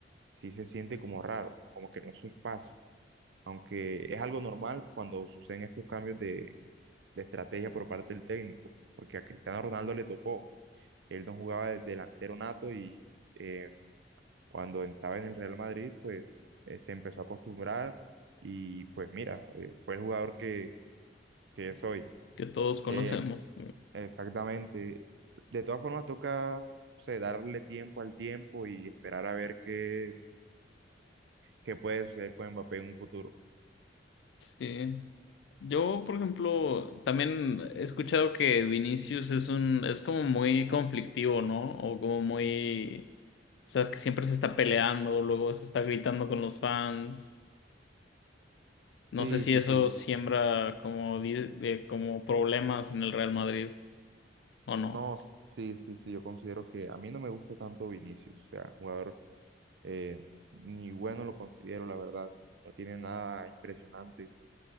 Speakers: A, on the right; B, on the left.
A: sí se siente como raro, como que no es su espacio, aunque es algo normal cuando suceden estos cambios de, de estrategia por parte del técnico, porque a Cristiano Ronaldo le tocó, él no jugaba de delantero nato y eh, cuando estaba en el Real Madrid, pues eh, se empezó a acostumbrar y pues mira, eh, fue el jugador que, que es hoy.
B: Que todos conocemos.
A: Eh, exactamente. De todas formas, toca, o sea, darle tiempo al tiempo y esperar a ver qué, qué puede suceder con Mbappé en un futuro.
B: Sí. Yo, por ejemplo, también he escuchado que Vinicius es un, es como muy conflictivo, ¿no? O como muy, o sea, que siempre se está peleando, luego se está gritando con los fans. No
A: Sí,
B: sé si
A: sí,
B: eso
A: sí.
B: siembra como, di- de, como problemas en el Real Madrid o no.
A: No, s- sí, sí, sí, yo considero que a mí no me gusta tanto Vinicius, o sea, jugador eh, ni bueno lo considero, la verdad, no tiene nada impresionante,